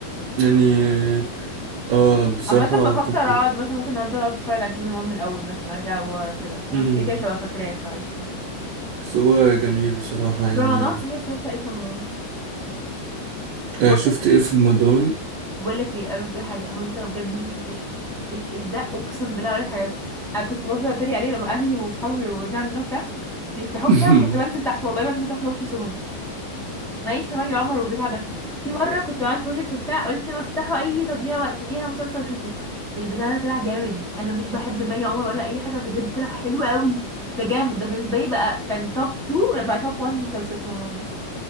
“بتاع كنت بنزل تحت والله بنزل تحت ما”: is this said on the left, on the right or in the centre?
Centre